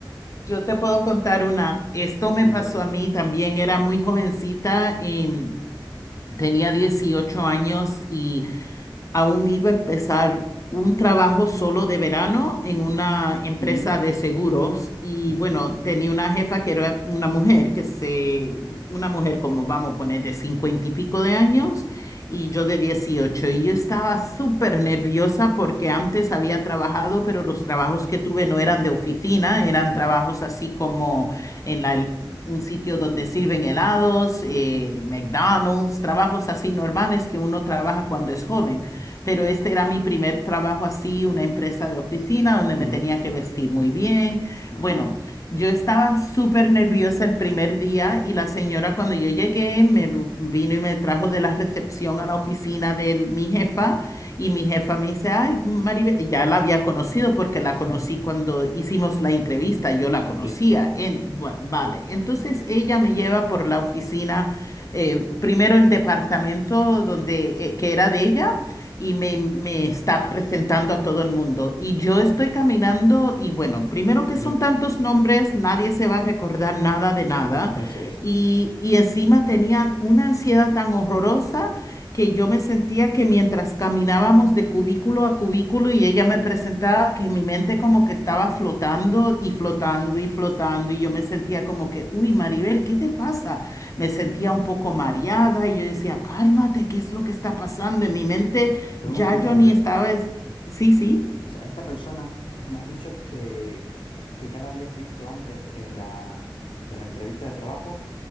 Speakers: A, on the left; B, on the left.
A: yo te puedo contar una. Esto
B: Sí,
A: me pasó
B: por supuesto.
A: a mí, también era muy jovencita, y tenía 18 años y aún iba a empezar un trabajo solo de verano en una empresa
B: Ujú,
A: de seguros y
B: ujú.
A: bueno, tenía una jefa que era una mujer, que se, una mujer como vamos a poner de cincuenta y pico de años y yo de 18 y yo estaba súper nerviosa porque antes había trabajado, pero los trabajos que tuve no eran de oficina, eran
B: Vale,
A: trabajos así como en la- un sitio donde sirven helados, eh, McDonald's, trabajos así normales que uno trabaja cuando es joven. Pero este era mi primer trabajo así, una empresa de oficina donde me
B: ujú,
A: tenía que vestir muy bien.
B: Muy
A: Bueno,
B: bien.
A: yo estaba súper nerviosa el primer día y la señora cuando yo llegué me v- vino y me trajo de la recepción a la oficina de mi jefa y mi jefa me dice, ay, Maribel, ya la había conocido porque
B: <laughs>
A: la conocí cuando hicimos la entrevista, yo la conocía.
B: Sí,
A: En, bu- vale, entonces ella me lleva por la oficina eh, primero el departamento donde, eh, que era de ella y me, me está presentando a todo el mundo. Y yo estoy caminando y bueno, primero que
B: <laughs>
A: son tantos nombres, nadie se va a recordar nada de nada.
B: eso es.
A: Y, y encima tenían una ansiedad tan horrorosa que yo me sentía que mientras caminábamos de cubículo a cubículo y ella me presentaba, que mi mente como que estaba flotando y flotando y flotando y yo me sentía como que, uy, Maribel, ¿qué te pasa? Me sentía un poco mareada y yo decía, cálmate, ¿qué es lo que está pasando? En mi mente
B: Pero
A: ya
B: un momento,
A: yo
B: Maribel.
A: ni estaba, es- sí, sí.
B: O sea, Esta persona, se me has dicho que, que ya la habías visto antes en la, en la entrevista de trabajo.